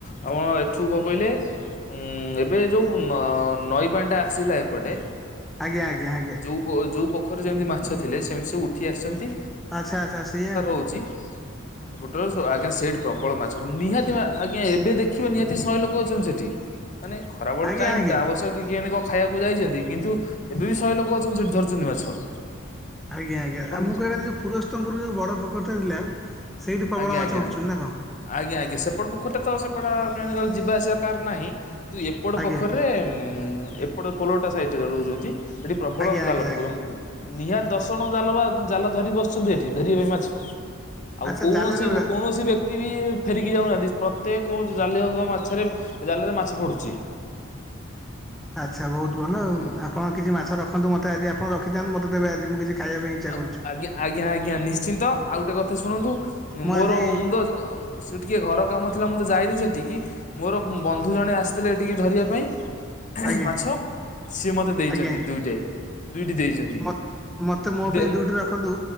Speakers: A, on the left; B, in the centre.
A: ଆପଣ ଏଠୁ କଣ କହିଲେ ଉଁ ଏବେ ଯୋଉ ନ ନଈ ପାଣି ଟା ଆସିଲା ଏପଟେ
B: ଆଜ୍ଞା ଆଜ୍ଞା ଆଜ୍ଞା
A: ଯୋଉ ଯୋଉ ପୋଖରିରେ ଯେମିତି ମାଛ ଥିଲେ ସେମିତି ସବୁ ଉଠି ଆସିଛନ୍ତି।
B: ଆଚ୍ଛା ଆଚ୍ଛା ସେଇଆ ଆଉ
A: ହଉଛି। ସେପଟରେ ସ ଆଜ୍ଞା ସେଇଠି ପ୍ରବଳ ମାଛ, ନିହାତି ଆଜ୍ଞା ଏବେ ଦେଖିବ ନିହାତି ଶହେ ଲୋକ ଅଛନ୍ତି ସେଠି। ମାନେ ଖରା ବେଳ
B: ଆଜ୍ଞା
A: ଟାଇମ
B: ଆଜ୍ଞା।
A: ଟା ଅବଶ୍ୟକ ଟିକେ ଏମତି କଣ ଖାଇବାକୁ ଯାଇଛନ୍ତି କିନ୍ତୁ ଏବେ ବି ଶହେ ଲୋକ ଅଛନ୍ତି ସେଠି ଧରୁଛନ୍ତି ମାଛ।
B: ଆଜ୍ଞା ଆଜ୍ଞା
A: ଆପଣ
B: ଆଉ ମୁଁ କହିବାର ଯୋଉ ପୂରସ୍ତମପୁର ଯୋଉଁ ବଡ଼ ପୋଖରିଟା ଥିଲା, ସେଇଠି ପ୍ରବଳ
A: ଆଜ୍ଞା
B: ମାଛ
A: ଆଜ୍ଞା।
B: ଉଠୁଛନ୍ତି ନା କଣ?
A: ଆଜ୍ଞା ଆଜ୍ଞା ସେପଟ ପୋଖରରେ ତ ସେପଟା କାହିଁକି ଯିବା ଆସିବା କାର ନାହିଁ। କିନ୍ତୁ ଏପଟ
B: ଆଜ୍ଞା।
A: ପୋଖରୀରେ ଉ ଏପଟ ପୋଲଟା ସାଇଟରେ ଯଉ ରହୁଛନ୍ତି ସେଠି ପ୍ରବଳ
B: ଆଜ୍ଞା
A: ଜାଲ
B: ଆଜ୍ଞା
A: ପକଉ
B: ଆଜ୍ଞା
A: ନିହାତି ଦଶ ଜଣ ଜାଲ ବା ଜାଲ ଧରି ବସିଛନ୍ତି ଏଠି ଧରିବେ ମାଛ। ଆଉ
B: ଆଚ୍ଛା
A: କୌଣସି
B: ଜାଲରେ
A: କୌଣସି ବ୍ୟ କ୍ତି ବି ଫେରିକି ଯାଉନାହାନ୍ତି ପ୍ରତ୍ୟେକ ଜାଳୁଆଙ୍କ ମାଛରେ ଜାଲରେ ମାଛ ପଡୁଛି।
B: ଆଚ୍ଛା ବହୁତ ଭଲ
A: ହଁ।
B: ଆଉ ଆପଣ କିଛି ମାଛ ରଖନ୍ତୁ, ମୋତେ ଆଜି ଆପଣ ରଖିଥାିଆନ୍ତୁ ମତେ ଦେବେ ଆଜି ମୁଁ କିଛି ଖାଇବା ପାଇଁ ଇଚ୍ଛା
A: ଆଉ
B: କରୁଛି
A: ଆଜ୍ଞା ଆଜ୍ଞା ଆଜ୍ଞା ନିଶ୍ଚିନ୍ତ ଆଉ ଗୋଟେ କଥା ଶୁଣନ୍ତୁ
B: ମୁଁ
A: ମୋର
B: ଆଜି
A: ମୁଁ ତ ସେ ଟିକେ ଘର କାମ ଥିଲା ମୁଁ ତ ଯାଇନି ସେଠିକି। ମୋର ବନ୍ଧୁ ଜଣେ ଆସିଥିଲେ ଏଠିକି ଧରିବା ପାଇଁ।
B: ଆଜ୍ଞା
A: ମାଛ
B: ଆଜ୍ଞା
A: ସିଏ ମତେ ଦେଇଛନ୍ତି
B: ଆଜ୍ଞା
A: ଦୁଇଟାଏ ଦୁଇଟି ଦେଇଛନ୍ତି।
B: ମ ମତେ ମୋ
A: ଦେ
B: ପାଇଁ ଦୁଇଟି ରଖନ୍ତୁ।